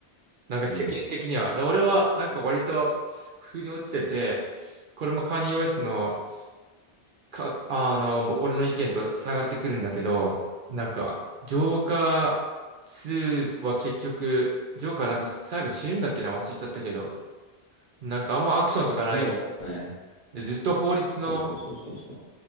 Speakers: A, on the right (about 60°); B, on the left (about 45°).
A: なんか世間的には。
B: うん。うん。
A: で、俺は、なんか割と、腑に落ちてて、これもカニエ・ウェストのか、あの、ぼ俺の意見とつながってくるんだけど、なんか、ジョーカー2は結局、ジョーカーなんか最後死ぬんだっけな、忘れちゃったけど、なんかあんまアクションとかないみたい
B: そうだね。
A: で、ずっと法律の、
B: そうそうそうそうそ